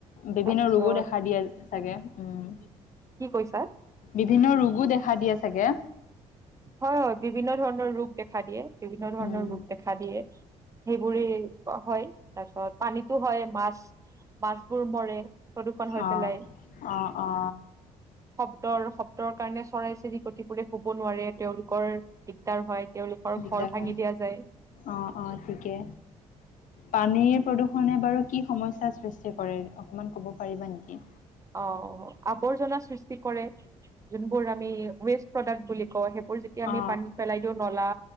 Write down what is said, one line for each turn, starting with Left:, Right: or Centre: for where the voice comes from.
Left: বিভিন্ন
Right: তাৰপিছত
Left: ৰোগো দেখা দিয়ে চাগে। উ'ম।
Right: কি কৈছা
Left: বিভিন্ন ৰোগো দেখা দি আছে। ছাগে।
Right: হয়, হয় বিভিন্ন ধৰণৰ ৰোগ দেখা দিয়ে। বিভিন্ন ধৰণৰ
Left: উম
Right: ৰোগ দেখা দিয়ে। সেইবোৰে ক হয়। তাৰপিছত পানীতো হয় মাছ। মাছবোৰ মৰে। প্ৰদূৰ্ষণ হৈ
Left: অ
Right: পেলাই
Left: অ অ অ
Right: শব্দৰ শব্দৰ কাৰণে চৰাই -চিৰিকটিবোৰে শুব নোৱাৰে। তেওঁলোকৰ দিগদাৰ হয়। তেওঁলোকৰ
Left: দিগদাৰ
Right: ঘৰ ভাঙি দিয়া যায়
Left: অ' অ' ঠিকে পানীৰ প্ৰদূষণে বাৰু কি? সমস্যাৰ সৃষ্টি কৰে অকণমান ক'ব পাৰিবা নেকি?
Right: অ' আৱৰ্জনা সৃষ্টি কৰে। যোনবোৰ আমি ৱেষ্ট প্ৰডাক্ট বুলি কওঁ। সেই বোৰ যেতিয়া আমি
Left: অ
Right: পানীত পেলাই দিওঁ। নলা